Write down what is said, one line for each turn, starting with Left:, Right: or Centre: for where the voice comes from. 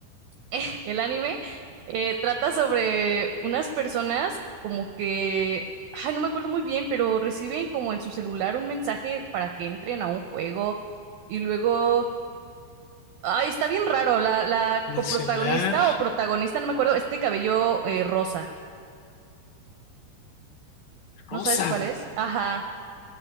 Right: <laughs> El anime eh, trata sobre unas personas como que, ay, no me acuerdo muy bien, pero reciben como en su celular un mensaje para que entren a un juego y luego, ay, está bien raro, la, la
Left: El
Right: coprotagonista
Left: celular
Right: o protagonista, no me acuerdo, este cabello eh, rosa, ¿no
Left: rosa.
Right: sabes cuál es? Ajá,